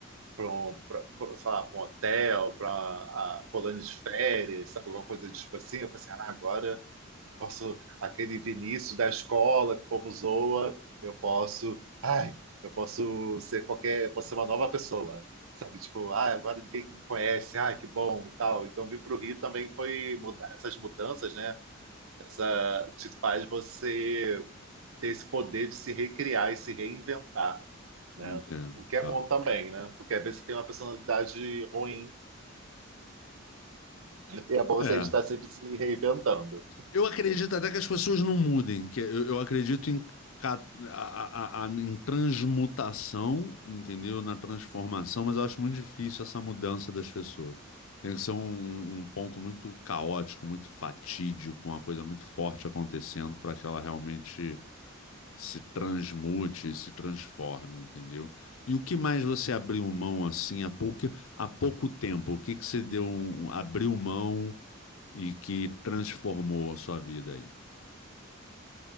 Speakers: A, on the right; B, on the left.
A: para um, pra, pra, sei lá, para um hotel, para a colônia de férias, sabe, alguma coisa tipo assim. Eu pensei, ah, agora. Posso, aquele Vinícius da escola que o povo zoa, eu posso, ai, eu posso ser qualquer, eu posso ser uma nova pessoa, sabe? Tipo, ai, agora ninguém que me conhece, ai, que bom e tal. Então, vir para o Rio também foi mudar essas mudanças, né? Essa te faz você ter esse poder de se recriar e se reinventar, né?
B: Entendo.
A: O que é
B: Ah.
A: bom também, né? Porque às vezes você tem uma personalidade ruim e é bom você
B: É,
A: estar sempre se reinventando.
B: Eu acredito até que as pessoas não mudem, que eu, eu acredito em, ca- a- a- a- em transmutação, entendeu? Na transformação, mas eu acho muito difícil essa mudança das pessoas. Tem que ser um, um um ponto muito caótico, muito fatídico, uma coisa muito forte acontecendo para que ela realmente se transmute, se transforme, entendeu? E o que mais você abriu mão assim há pouco, há pouco tempo? O que que você deu, um- um, abriu mão e que transformou a sua vida aí?